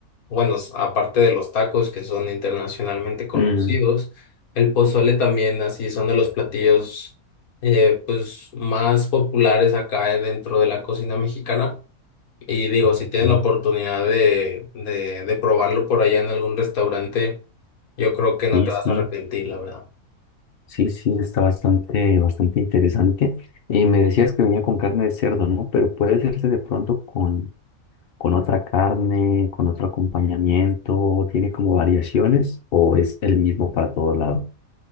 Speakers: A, on the left; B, on the left.
A: bueno, s- aparte de los tacos que son internacionalmente conocidos,
B: Mm,
A: el pozole también así son de los platillos eh, pues más populares acá dentro de la cocina mexicana. Y digo,
B: ok.
A: si tienen la oportunidad de, de, de probarlo por allá en algún restaurante, yo creo que no
B: Sí,
A: te
B: sí,
A: vas a arrepentir, la verdad.
B: sí, sí, está bastante, bastante interesante. Y me decías que venía con carne de cerdo, ¿no? Pero puede hacerse de pronto con, con otra carne, con otro acompañamiento, tiene como variaciones o es el mismo para todo lado.